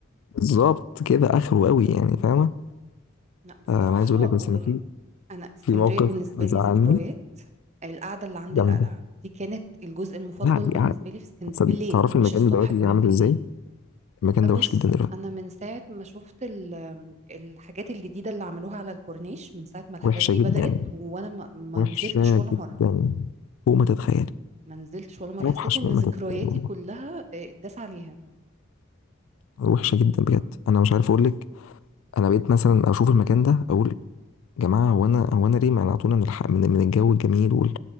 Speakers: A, on the left (about 70°); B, on the right (about 35°).
A: بالظبط كده اخره قوي يعني فاهمه
B: لا بصراحة
A: آه، انا عايز اقول لك بس
B: و...
A: انا في
B: أنا اسكندرية
A: في موقف
B: بالنسبة
A: بيزعلني
B: لي ذكريات القعدة اللي عند
A: جامد
B: القلعة دي كانت الجزء المفضل
A: لا دي
B: بالنسبة
A: قاعد-
B: لي في اسكندرية
A: تصد-
B: بالليل
A: تعرفي
B: مش
A: المكان
B: الصبح
A: دلوقتي
B: كمان
A: عامل
B: بالليل
A: ازاي المكان ده
B: بص
A: وحش جدا دلوقتي
B: أنا من ساعة ما شفت ال- الحاجات الجديدة اللي عملوها على الكورنيش من ساعة ما الحاجات
A: وحشه
B: دي
A: جدا
B: بدأت وأنا ما ما
A: وحشه
B: نزلتش ولا
A: جدا
B: مرة
A: فوق ما تتخيلي
B: ما نزلتش ولا مرة
A: اوحش
B: حسيت إن
A: مما
B: ذكرياتي
A: تتخيلي والله
B: كلها آه، اتداس عليها
A: وحشه جدا بجد انا مش عارف اقول لك انا بقيت مثلا اشوف المكان ده اقول جماعه هو انا هو انا ليه منعتونا من الحق من, من الجو الجميل وال...